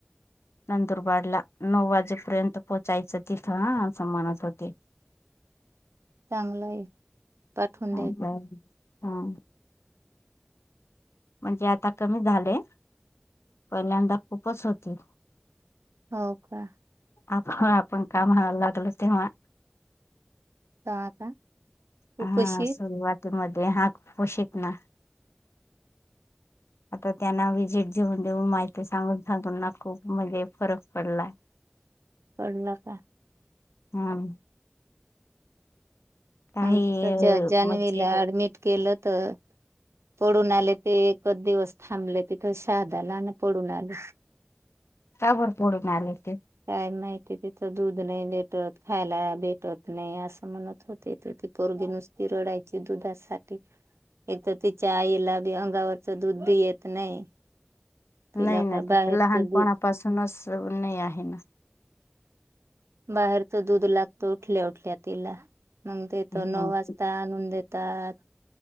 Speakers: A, on the left; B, on the right.
A: नंदुरबारला नऊ वाजेपर्यंत पोहोचायचं तिथं हा असं म्हणत होते.
B: चांगलं आहे पाठवून
A: हं
B: द्यायचं
A: बर हम्म. म्हणजे आता कमी झाले, पहिल्यांदा खूपच होती.
B: हो का.
A: आप आपण काम हयला लागल तेव्हा
B: आता
A: हम्म
B: उपाशी
A: सुरुवात ते मध्ये हाग पोशिक ना आता त्यांना विजिट जेऊन देऊन माहिती सांगून सांगून ना खूप म्हणजे फरक पडलाय
B: पडला का
A: हम्म काही
B: आम त्याच्या जानवेला
A: म्हणजे
B: ऍडमिट केलं तर पडून आले ते एकच दिवस थांबले तिथं शहादाला आणि पडून आले
A: त्यावरर पडून आले ते
B: काय माहितीय तिथं दूध नाही भेटत खायला भेटत नाही असं म्हणत होते त पोरगी नुसती रडायची दुधासाठी एक तर तिच्या आईला बी अंगावरचं दूध बी येत नाही तिला
A: नाही ना
B: का
A: तिथ
B: बाहेरचं
A: लहानपणापासूनच
B: दूध
A: नाही आहे ना
B: बाहेरच दूध लागत उठल्या उठल्या तिला मग तेथ
A: हम्म
B: नऊ वाजता आणून देत त्याात